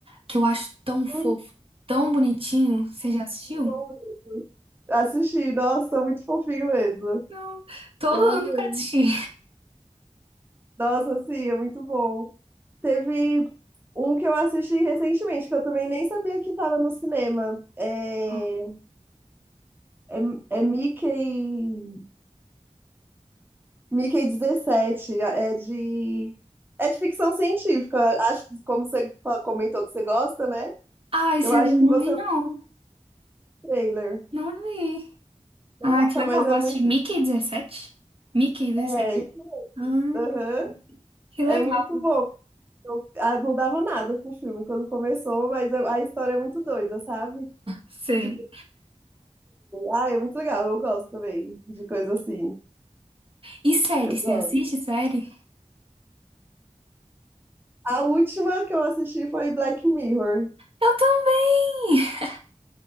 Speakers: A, on the right (about 45°); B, on the right (about 15°).
A: que eu acho tão fofo,
B: é muito
A: tão bonitinho. Você já assistiu?
B: bom mesmo. assisti, nossa, muito fofinho mesmo.
A: Não. Todo
B: Eu
A: ano
B: amei.
A: eu quero assistir.
B: Nossa, sim, é muito bom. Teve um que eu assisti recentemente, que eu também nem sabia que estava no cinema. É,
A: <laughs>
B: é, é Mickey, Mickey 17, é de, é de ficção científica. Acho que, como você fa- comentou que você gosta, né?
A: Ai, esse
B: Eu acho
A: anime
B: que
A: eu
B: você
A: não vi,
B: viu
A: não.
B: o trailer.
A: Não vi.
B: Nossa,
A: Ah, que legal.
B: mas
A: Vou
B: é muito.
A: assistir Mickey 17? Mickey 17.
B: É,
A: Hum,
B: aham,
A: que legal.
B: é muito bom. Eu, ah, não dava nada pro filme quando começou, mas a a história é muito doida, sabe?
A: Sei.
B: Tipo, Ah, é muito legal, eu gosto também de coisa assim.
A: E série?
B: Eu
A: Você
B: gosto.
A: assiste série?
B: A última que eu assisti foi Black Mirror.
A: Eu também!